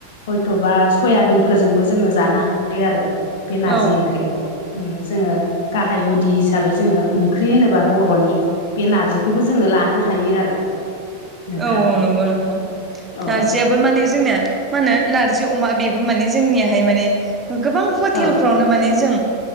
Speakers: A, on the left; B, on the right.
A: हयथ'बा सयाबिनफोर जोंबो जोंङो जानो हाबायो आरो बे नारजि
B: औ
A: ओंख्रिखौ-' जोंङो गाहाय गुदि हिसाबै जोंङो ओंख्रि होनोब्ला बर'नि बे नारजिखौबो जोंङो लानो हायो आरो। नोंथां
B: औव औव नंगौ नोंथां
A: औ
B: नारजियाबो माने जोंनिया मा होनो नारजि अमा बे माने जोंनियाहाय माने गोबां हटेलफ्रावनो
A: औ
B: माने जों